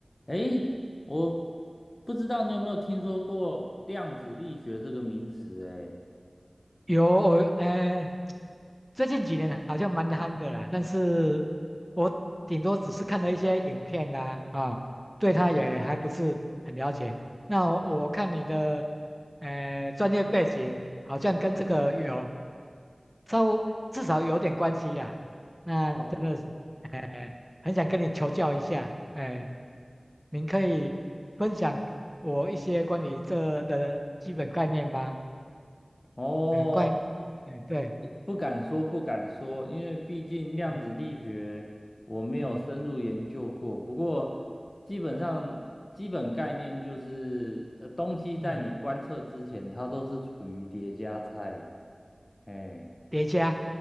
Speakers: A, on the left; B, in the centre.
A: 诶，我不知道你有没有听说过量子力学这个名词？诶，
B: 有我呃，最近几年好像蛮夯的啦，但是我顶多只是看了一些影片啦，啊，对他也还不是很了解。那我看你的呃专业背景好像跟这个有稍微至少有点关系啦，那真的是呃很想跟你求教一下，
A: 哦，
B: 呃，您可以分享我一些关于这的基本概念吗？
A: 哦，
B: 嗯，怪，嗯，对，
A: 不敢说，不敢说，因为毕竟量子力学我没有深入研究过。
B: 嗯嗯
A: 不过，基本上基本概念就是，呃，东西在你观测之前，
B: 嗯，
A: 它都是处于叠加态。哎。
B: 叠加，